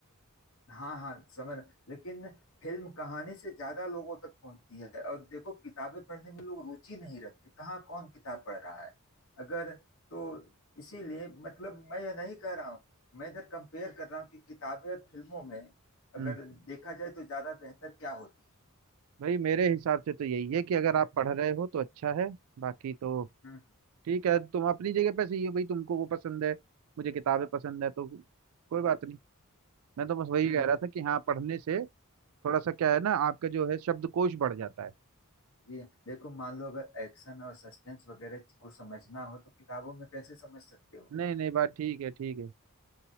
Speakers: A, on the left (about 65°); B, on the right (about 70°).
A: हाँ हाँ समझ लेकिन फिल्म कहानी से ज्यादा लोगों तक पहुंचती है और देखो किताबें पढ़ने में लोग रुचि नहीं रखते कहाँ कौन किताब पढ़ रहा है अगर तो इसीलिए मतलब मैं यह नहीं कह रहा हूँ मैं इधर कंपेयर कर रहा हूँ कि किताबें और फिल्मों में अगर
B: हम्म।
A: देखा जाए तो ज्यादा बेहतर क्या होती है
B: भाई मेरे हिसाब से तो यही है कि अगर आप पढ़ रहे हो तो अच्छा है बाकी तो
A: हम्म
B: ठीक है तुम अपनी जगह पे सही हो भाई तुमको वो पसंद है मुझे किताबें पसंद है तो कोई बात नहीं मैं तो बस वही
A: हम्म
B: कह
A: हम्म,
B: रहा
A: हम्म।
B: था कि हाँ पढ़ने से थोड़ा सा क्या है ना आपका जो है शब्दकोश बढ़ जाता है
A: जी देखो मान लो अगर एक्शन और सस्पेंस वगैरह को समझना हो तो किताबों में कैसे समझ सकते हो
B: नहीं नहीं बात ठीक है ठीक है